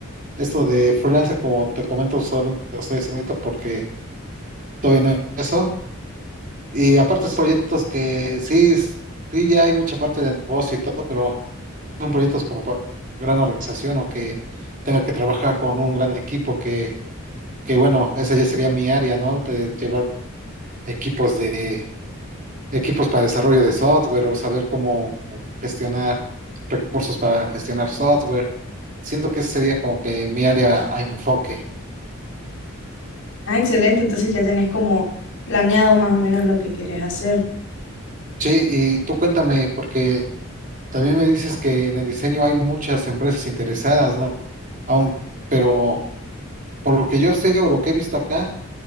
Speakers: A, on the right; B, on the left.
A: Esto de freelance, como te comento, solamente lo estoy haciendo ahorita porque todavía no he eso. Y aparte, es proyectos que sí, sí, ya hay mucha parte de negocio y todo, pero. son proyectos como para gran organización o que tenga que trabajar con un gran equipo que, que bueno, esa ya sería mi área, ¿no? De llevar equipos de equipos para desarrollo de software o saber cómo gestionar recursos para gestionar software. Siento que esa sería como que mi área a enfoque.
B: Ah, excelente. Entonces ya tenés como planeado más o menos lo que querés hacer.
A: Sí, y tú cuéntame, porque también me dices que en el diseño hay muchas empresas interesadas, ¿no? Aún, pero por lo que yo sé o lo que he visto acá,